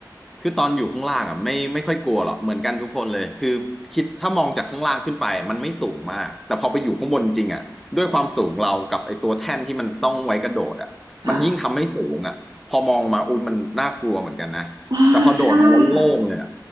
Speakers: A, in the centre; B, on the right.
A: คือตอนอยู่ข้างล่างอ่ะไม่ไม่ค่อยกลัวหรอกเหมือนกันทุกคนเลยคือคิดถ้ามองจากข้างล่างขึ้นไปมันไม่สูงมากแต่พอไปอยู่ข้างบนจริงอ่ะด้วยความสูงเรากับไอ้ตัวแท่นที่มันต้องไว้กระโดดอ่ะมันยิ่งทำให้สูงอ่ะพอมองมาอุ้ยมันน่ากลัวเหมือนกันนะแต่พอโดดมาแล้วโล่งเลยอ่ะ
B: ค่ะว้าใช่ค่ะ